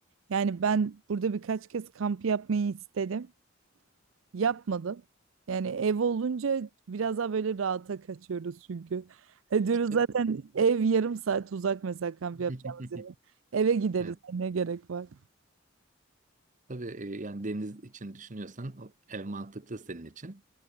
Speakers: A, on the right; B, on the right.
A: Yani ben burada birkaç kez kamp yapmayı istedim. Yapmadım. Yani ev olunca biraz daha böyle rahata kaçıyoruz çünkü. E diyoruz
B: E,
A: zaten ev yarım saat uzak mesela kamp
B: <laughs>
A: yapacağımız yere. Eve gideriz
B: Evet,
A: hani ne gerek var.
B: tabii e, yani deniz için düşünüyorsan o ev mantıklı senin için.